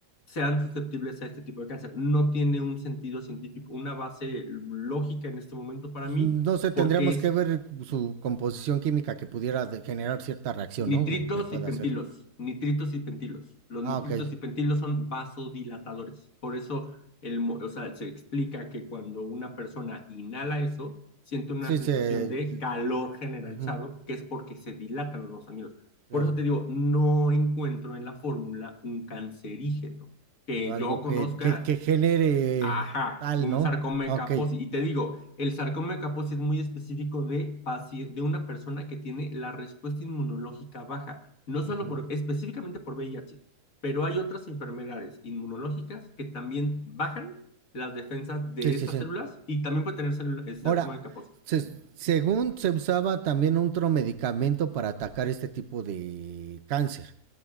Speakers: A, on the left; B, on the right.
A: sean susceptibles a este tipo de cáncer. No tiene un sentido científico, una base lógica en este momento para
B: no
A: mí,
B: sé, tendríamos
A: porque es
B: que ver su composición química que pudiera de- generar cierta reacción,
A: nitritos
B: ¿no? O que pueda
A: y pentilos,
B: hacer.
A: nitritos y pentilos. Los
B: Ah,
A: nitritos
B: ok.
A: y pentilos son vasodilatadores. Por eso el, o sea, se explica que cuando una persona inhala eso, siente una
B: Sí,
A: sensación
B: se...
A: de calor generalizado,
B: ujú,
A: que es porque se dilatan los ganglios.
B: claro.
A: Por eso te digo, no encuentro en la fórmula un cancerígeno que
B: Algo
A: yo conozca
B: que, que, que genere
A: Ajá,
B: tal,
A: un
B: ¿no?
A: sarcoma
B: Ah,
A: Kaposi.
B: ok.
A: Y te digo, el sarcoma Kaposi es muy específico de, paci- de una persona que tiene la respuesta inmunológica baja, no
B: Ujú.
A: solo por, específicamente por VIH, pero hay otras enfermedades inmunológicas que también bajan las defensas de
B: Sí, sí,
A: esas
B: sí.
A: células y también puede tener celu- el sarcoma
B: Ahora,
A: de Kaposi.
B: se- según se usaba también otro medicamento para atacar este tipo de cáncer,